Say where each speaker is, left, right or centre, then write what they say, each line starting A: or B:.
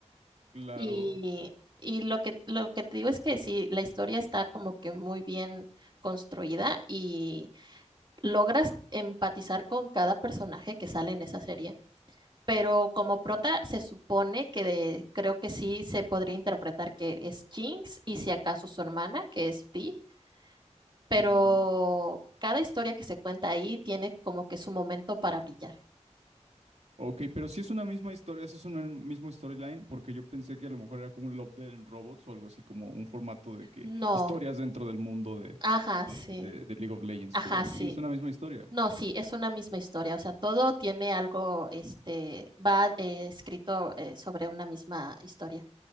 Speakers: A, on the right (about 65°); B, on the right (about 40°).
A: Claro,
B: y, y lo que, lo que te digo es que sí, la historia está como que muy bien construida y logras empatizar con cada personaje que sale en esa serie. Pero como prota se supone que de- creo que sí se podría interpretar que es Jinx y si acaso su hermana, que es Vi, pero
A: ujú.
B: cada historia que se cuenta ahí tiene como que su momento para brillar.
A: ok, pero si es una misma historia, si es un mismo storyline, porque yo pensé que a lo mejor era como un Love Dead and Robots o algo así, como un formato de que
B: No,
A: historias dentro del mundo de,
B: ajá,
A: de
B: sí,
A: de- de League of Legends,
B: ajá,
A: pero
B: sí.
A: sí es una misma historia.
B: No, sí, es una misma historia, o sea, todo tiene algo, este, va eh, escrito eh, sobre una misma historia.